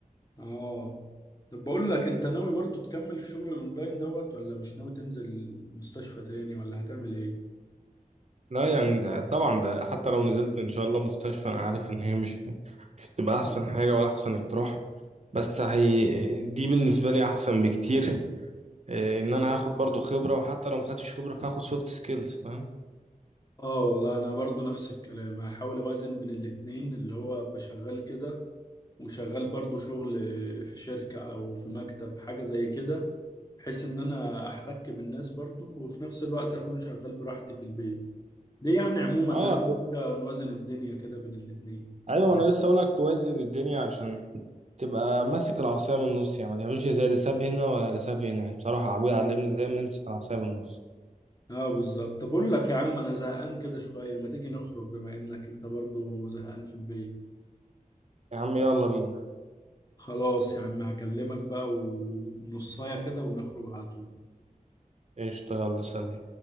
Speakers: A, on the left (about 25°); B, on the right (about 50°).
A: اه طب بقول لك انت ناوي برضو تكمل في شغل الاونلاين دوت ولا مش ناوي تنزل مستشفى تاني ولا هتعمل ايه
B: لا يعني ده طبعا ده حتى لو نزلت إن شاء الله مستشفى أنا عارف إن هي مش مش هتبقى أحسن حاجة ولا أحسن اقتراح بس هي دي بالنسبة لي أحسن بكتير إيه، إن أنا هاخد برضو خبرة وحتى لو مخدتش خبرة فهاخد سوفت سكيلز فاهم
A: اه والله انا برضو نفس الكلام هحاول اوازن بين الاتنين اللي هو بشغال كده وشغال برضو شغل في شركة او في مكتب حاجة زي كده بحيث ان انا احتك بالناس برضو وفي نفس الوقت اكون شغال براحتي في البيت دي يعني عموما
B: اه
A: اهم حاجه نوازن الدنيا كده بين الاثنين
B: ايوه انا لسه اقولك توازن الدنيا عشان تبقى ماسك العصايه من النص يعني ما تعملش زي اللي ساب هنا ولا اللي ساب هنا يعني بصراحه ابويا علمني
A: اه
B: دايما نمسك العصايه من النص
A: اه بالظبط طب اقول لك يا عم انا زهقان كده شويه ما تيجي نخرج بما انك انت برضو زهقان في البيت
B: يا عم يلا بينا
A: خلاص يا عم هكلمك بقى ونصايه كده ونخرج على طول
B: ايش يلا سلام